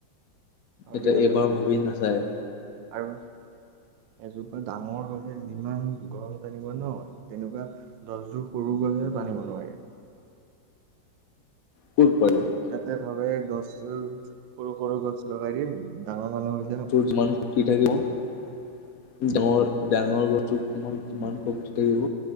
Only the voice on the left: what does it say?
এটো
এইবাৰ ভাবি নাচায়
উম,
ক'ত পাৰো
জ মান <unintelligible> থাকিব ডাঙৰ ডাঙৰ গছটো তোমাৰ
কিমান ব্যস্ত থাকিব